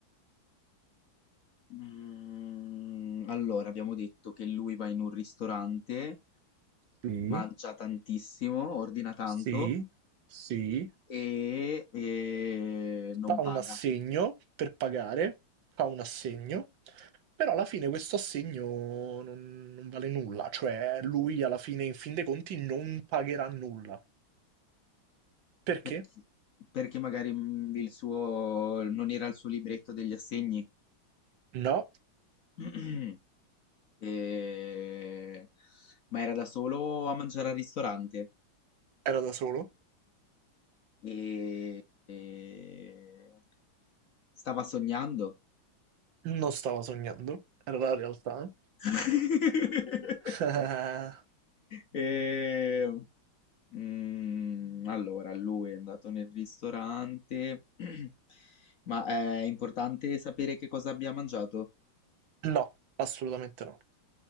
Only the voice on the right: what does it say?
Sì,
sì, sì.
fa un
assegno per pagare, fa un assegno, però alla fine questo assegno non, non vale nulla, cioè lui alla fine, in fin dei conti, non pagherà nulla. Perché?
No,
era da solo,
non stava sognando, era la realtà.
<laughs>
No, assolutamente no.